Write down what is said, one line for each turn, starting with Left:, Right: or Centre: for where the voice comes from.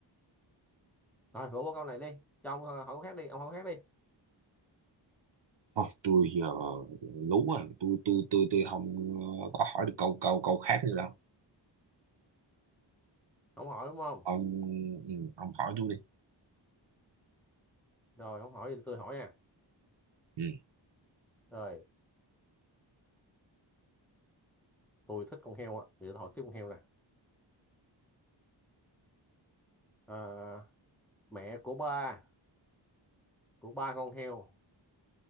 Centre: rồi bỏ qua câu này đi cho ông hỏi câu khác đi ông hỏi câu khác đi
Right: Ôi, tôi giờ lú rồi tôi tôi tôi tôi không ờ, có hỏi được câu câu câu khác nữa đâu
Centre: ông hỏi đúng không
Right: ông ừ, ông hỏi tôi đi
Centre: rồi ông hỏi thì tôi hỏi nha
Right: ừ.
Centre: rồi tôi thích con heo á thì tôi hỏi tiếp con heo nè à, mẹ của ba của ba con heo